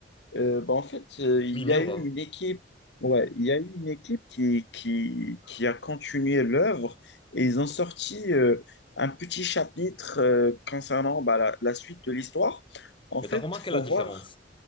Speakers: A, on the left; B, on the left.
A: Euh, bah, en fait, euh, il
B: Oui,
A: y
B: Miura.
A: a eu une équipe, ouais, il y a eu une équipe qui, qui, qui a continué l'œuvre et ils ont sorti euh, un petit chapitre euh, concernant bah, la, la suite de l'histoire. En
B: Mais
A: fait,
B: t'as remarqué
A: faut
B: la différence?
A: voir.